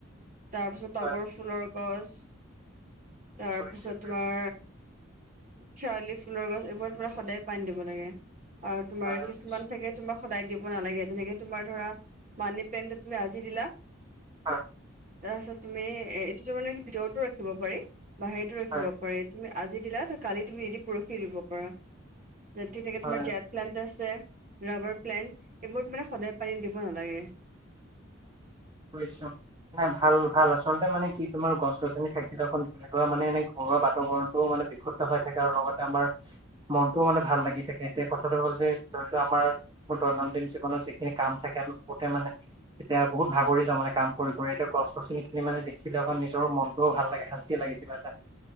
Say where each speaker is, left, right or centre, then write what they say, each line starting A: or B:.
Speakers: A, on the right; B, on the right.
A: তাৰপিছত তগৰ
B: হয়
A: ফুলৰ গছ। তাৰপিছত
B: বুজিছো বুজিছো
A: তোমাৰ খেৱালি ফুলৰ গছ এইবোৰ তোমাৰ সদায় পানী দিব লাগে, আৰু তুোমাৰ
B: হয় হয়
A: কিছুমান
B: বুজিছো
A: থাকে তোমাক সদায় দিব নালাগে, যেনেকে তোমাৰ ধৰা মানি প্লেনটেত তুমি আজি দিলা
B: হয়।
A: তাৰপিছত তুমি এ, এইটো তাৰমানে কি ভিতৰতো ৰাখিব পাৰি, বাহিৰতো ৰাখিব
B: হয়
A: পাৰি। তুমি আজি দিলা কালি তুমি এদি পৰহি দিব পাৰা <unintelligible>
B: হয়
A: প্লেণ্ট আছে, ৰাবাৰ প্লেণ্ট এইবোৰত মানে সদায় পানী দিব নালাগে।
B: বুইছোঁ। এ, ভাল ভাল, আচলতে মানে কি তোমাৰ গছ গছনি থাকিলে <unintelligible> এনেকুৱা মানে এনে ঘৰুৱা বাতাবৰণটো মানে বিশুদ্ধ হৈ থাকে আৰু লগতে আমাৰ মনটোও মানে ভাল লাগি থাকে, এতিয়া কথাটো হ'ল যে ধৰি লোৱা আমাৰ <unintelligible> দৈনন্দিন জীৱনত যিখিনি কাম থাকে আমি বহুতে মানে এতিয়া বহুত ভাগৰি যাওঁ মানে কাম কৰি কৰি। এতিয়া গছ গছনিখিনি মানে দেখিলে অকণ নিজৰো মনটোও ভাল লাগে, শান্তি লাগে কিবা এটা।